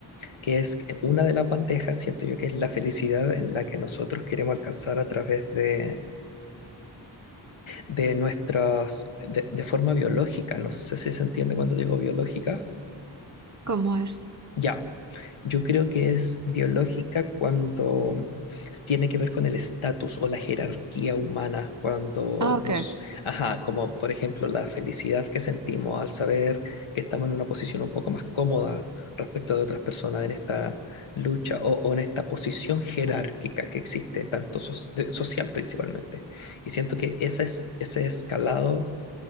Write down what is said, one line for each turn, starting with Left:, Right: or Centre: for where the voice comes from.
Left: que es que una de las bandejas, siento yo que es la felicidad en la que nosotros queremos alcanzar a través de, de nuestras, de, de forma biológica, no sé si se entiende cuando digo biológica,
Right: ¿Cómo es?
Left: ya. Yo creo que es biológica cuando tiene que ver con el estatus o la jerarquía humana, cuando
Right: Ah, ok.
Left: nos, ajá, como por ejemplo la felicidad que sentimos al saber que estamos en una posición un poco más cómoda respecto de otras personas en esta lucha o, o en esta posición jerárquica que existe, tanto so- de- social principalmente. Y siento que ese, es, ese escalado